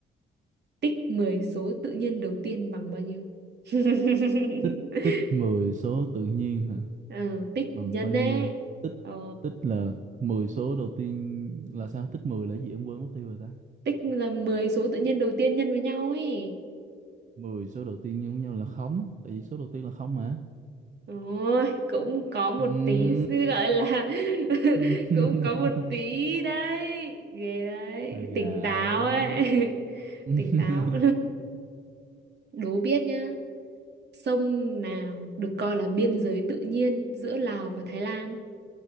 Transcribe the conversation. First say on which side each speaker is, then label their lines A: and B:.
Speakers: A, on the right; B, on the right.
A: Tích 10 số tự nhiên đầu tiên bằng bao nhiêu? <laughs>
B: tích tích 10 số tự nhiên hả
A: ừ, tích
B: bằng
A: nhân
B: bao nhiêu
A: ấy.
B: tích
A: Ờ.
B: tích là 10 số đầu tiên là sao tích 10 là gì em quên mất tiêu rồi ta
A: tích là 10 số tự nhiên đầu tiên nhân với nhau ấy
B: mười số đầu tiên nhân với nhau là không tại vì số đầu tiên là không mà
A: Ôi, cũng có một
B: Ừm,
A: tí sự gọi là <laughs>
B: <laughs>
A: cũng có một tí đấy ghê đấy
B: hơi gà
A: tỉnh táo
B: đấy
A: ấy <laughs>
B: <laughs>
A: tỉnh táo <laughs> đố biết nhá sông nào được coi là biên giới tự nhiên giữa Lào và Thái Lan